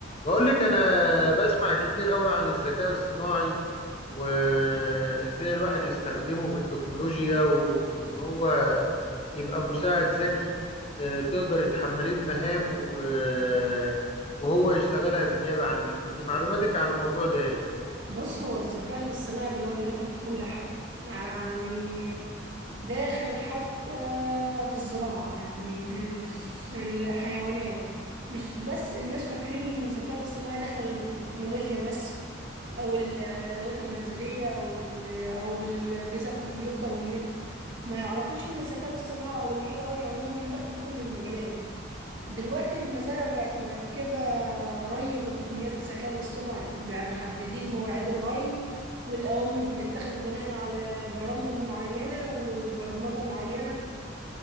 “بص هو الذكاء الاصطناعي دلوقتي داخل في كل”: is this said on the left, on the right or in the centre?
Right